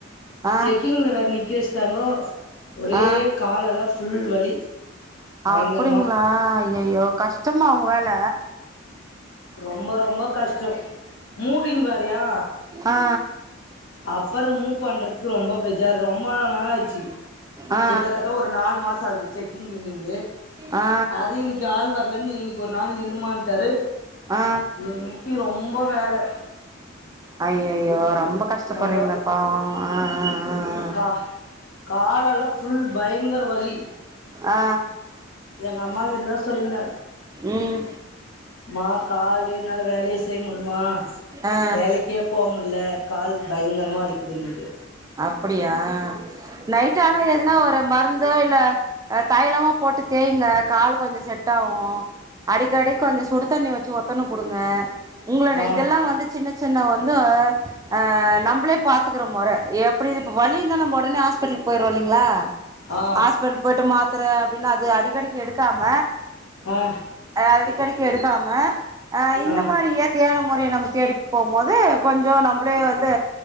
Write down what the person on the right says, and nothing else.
ஆ
ஆ
அப்டிங்களா ஐஐயோ கஷ் த்தமா அவுங்க வேல
ஆ
ஆ
ஆ ஆ
ஆ
ஐயையோ ரொம்ப கஷ்டப்படுறீங்களாப்
பாவம் அஅஅ
ஆ
ம்
ஆ
அப்டியா நைட் ஆனா எதனா ஒரு மருந்தோ இல்ல அ தைலமு போட்டு தேயுங்க கால் கொஞ்ச செட் ஆகு அடிக்கடி கொஞ்ச சுடு தண்ணி வச்சு ஒத்தணு குடுங்க உங்களண்ண
இதெல்லா வந்து சின்ன ச ந வந்தோய் ஆ நம்பளே பாத்துக்கற மொற எப்டி இது இப்ப வலி இந்தா நம்ம உடனே ஹாஸ்பிடலுக்கு போய்றோ இல்லிங்களா
ஆஸ்பிட்ட போய்ட்டு மாத் த்தர அப்டின்னு அது அடிக்கடிக்கு எடுக்காம
அத அடிக்கடிக்கு எடுக்காம அ இந்த
மாரி இயற்கையான மொறைய நம்ம தேடி போம் போது கொஞ்ச நம் ப்ளே வந்து